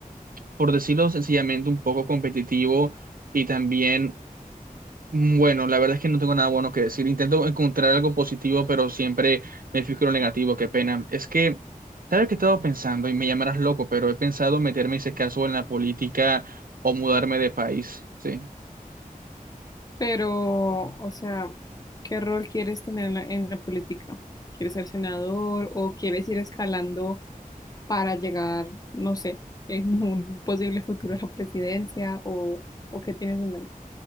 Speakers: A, on the right; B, on the left.
A: por decirlo sencillamente, un poco competitivo y también Mm, Bueno, la verdad es que no tengo nada bueno que decir. Intento encontrar algo positivo, pero siempre me fijo en lo negativo, qué pena. Es que, ¿sabes qué he estado pensando? Y me llamarás loco, pero he pensado meterme, en ese caso, en la política o mudarme de país, ¿sí?
B: Pero, o sea, ¿qué rol quieres tener en la, en la política? ¿Quieres ser senador o quieres ir escalando? para llegar, no sé, en un posible futuro a la presidencia o, o qué tienes en mente?